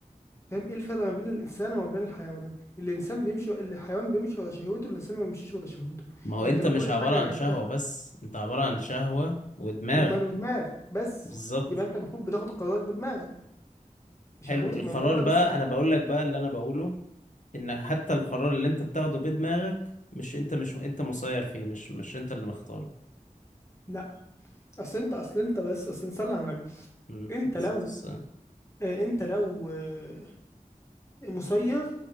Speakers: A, on the left; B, on the left.
A: فاهم ايه الفرق ما بين الانسان وما بين الحيوانات الانسان بيمشي الحيوان بيمشي ورا شهوته الانسان ما بيمشيش ورا شهوته
B: ما هو انت
A: انت لو
B: مش
A: كل
B: عبارة
A: حاجه
B: عن شهوة
A: جبتها
B: بس انت عبارة عن شهوة ودماغ
A: وما- ودماغ بس
B: بالظبط
A: يبقى انت المفروض بتاخد قرارك بدماغك
B: حلو
A: شهوتي
B: القرار
A: موجوده
B: بقى
A: بس
B: انا بقول لك بقى اللي انا بقوله ان حتى القرار اللي انت بتاخده بدماغك مش انت مش انت مسير فيه مش مش انت اللي مختاره
A: لا اصل انت اصل انت بس اصل نصلي على النبي
B: امم
A: انت
B: عليه الصلاة
A: لو
B: والسلام
A: آه، انت لو آه، مسير